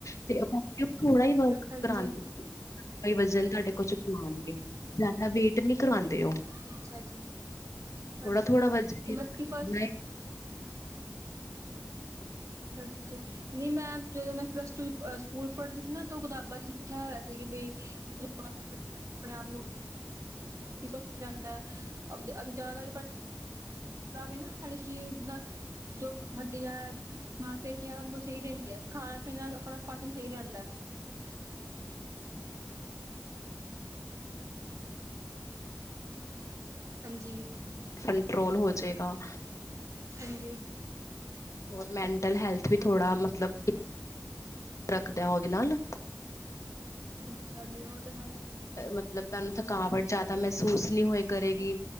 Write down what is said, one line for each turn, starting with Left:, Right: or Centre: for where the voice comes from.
Left: ਤੇ ਆਪਾ ਥੋੜਾ ਹੀ ਵਰਕ
Right: ਹਾਂਜੀ
Left: ਕਰਾਦੇ। ਕੋਈ ਵਜ਼ਨ ਤੁਹਾਡੇ ਕੋਲ ਚੁੱਕਵਾਨ ਗੇ ਜ਼ਿਆਦਾ ਵੇਟ ਨਹੀਂ ਕਰਵਾਉਂਦੇ ਉ।
Right: ਅੱਛਾ ਜੀ-ਅੱਛਾ
Left: ਥੋੜਾ
Right: ਜੀ
Left: ਵਜ਼ਨ
Right: ਤੇ ਮੰਧ ਕੀ ਫਸ਼ਟ
Left: ਆਪਣਾ
Right: ਅੱਛਾ। ਨੀ, ਮੈਂ ਜਦੋਂ ਮੈਂ ਪਲੱਸ ਟੂ ਸਕੂਲ ਪੜ੍ਹਦੀ ਸੀ ਨਾ ਤਾਂ ਉ ਕਿਤਾਬਾਂ'ਚ ਲਿਖਿਆ ਹੋਇਆ ਸੀ ਕਿ ਬਈ <unintelligible> ਆਪਣੇ ਆਪ ਨੂੰ ਸਵਸਥ ਰਹਿੰਦਾ ਹੈ, ਅੱਜ ਜ਼ਿਆਦਾ ਕਿਉਂਕਿ ਸਾਡੇ ਸਰੀਰ ਨਾਲ ਜੋ ਹਡੀਆਂ ਹੈ ਮਾਸਪੇਸ਼ੀਆਂ ਸਹੀ ਰਹਿੰਦੀਆਂ, ਖਾਣ-ਪੀਣਾ ਆਪਣਾ ਪਾਚਨ ਸਹੀ ਰਹਿੰਦਾ।
Left: <inaudible>
Right: ਹਂਜੀ।
Left: ਕੰਟਰੋਲ ਹੋ ਜਾਏਗਾ।
Right: ਹੰਜੀ।
Left: ਹੋਰ ਮੈਂਟਲ ਹੈਲਥ ਵੀ ਥੋੜਾ ਮਤਲਬ ਰੱਖਦਾ ਉਹਦੇ ਨਾਲ।
Right: ਅੱਛਾ ਜੀ, ਉਹ ਤਾਂ ਹੈਈ।
Left: ਮਤਲਬ ਤੁਹਾਨੂੰ ਥਕਾਵਟ ਜਿਆਦਾ ਮਹਿਸੂਸ ਨਹੀਂ ਹੋਏ ਕਰੇਗੀ।